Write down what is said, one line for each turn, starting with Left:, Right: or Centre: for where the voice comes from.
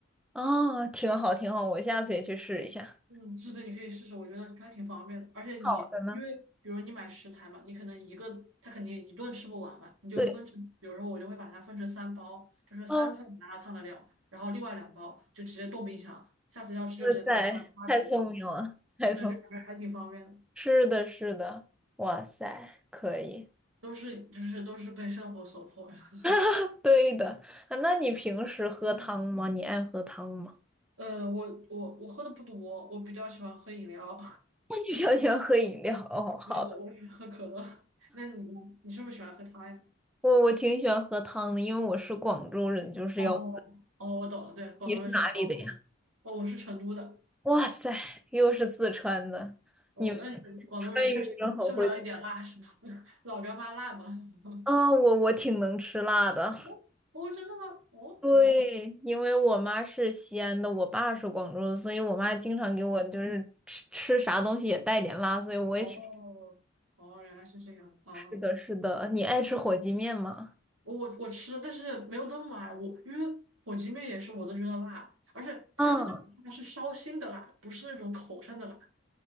Centre: 哦，挺好挺好，我下次也去试一下。
Right: 嗯，是的，你可以试试，我觉得还挺方便的。而且你因为比如你买食材嘛，
Centre: 好的呢，
Right: 你可能一个它肯定一顿吃不完嘛，你就分成，
Centre: 对，
Right: 比如说我就会把它分成三包，就是三份麻辣烫的料，
Centre: 哦，
Right: 然后另外两包就直接冻冰箱，下次要吃就直接拿出来它煮就好。
Centre: 哇塞，太聪明了，太聪明了
Right: 对，就感觉还挺方便的。
Centre: 是的，是的，哇塞，可以，
Right: 都是就是都是被生活所迫呀。
Centre: <laughs> 对的。啊那你平时喝汤吗？你爱喝汤吗？
Right: 呃，我我我喝的不多，我比较喜欢喝饮料，
Centre: <laughs> 那你比较喜欢喝饮料？哦，
Right: <laughs>
Centre: 好的，
Right: 别的我喜欢喝可乐。<laughs> 那你呢？你是不是喜欢喝它呀？
Centre: 我我挺喜欢喝汤的，因为我是广州人，就是要。
Right: 哦哦，我懂了，对，广东人喜欢煲汤。
Centre: 你是哪里的呀？
Right: 哦，我是成都的。
Centre: 哇塞，又是四川的，
Right: 哦，
Centre: 你们
Right: 那你们广东人确实吃不了一点辣是吗？
Centre: 川渝人好会。
Right: <laughs> 老干妈辣吗？<laughs>
Centre: 啊，我我挺能吃辣的。
Right: 哦哦，真的吗？哦哦
Centre: 对，因为我妈是西安的，我爸是广州的，所以我妈经常给我就是吃吃啥东西也带点辣，所以我也挺。
Right: 哦哦，原来是这样啊。
Centre: 是的，是的，你爱吃火鸡面吗？
Right: 我我我吃，但是没有那么爱我，因为火鸡面也是我都觉得辣，而且它的那种辣是烧心的辣，
Centre: 嗯，
Right: 不是那种口上的辣。